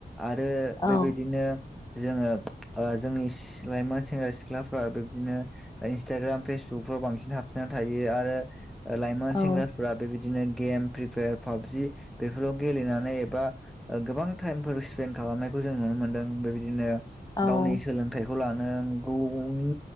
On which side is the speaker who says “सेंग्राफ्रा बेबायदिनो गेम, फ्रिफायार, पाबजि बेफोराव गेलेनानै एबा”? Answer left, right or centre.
Centre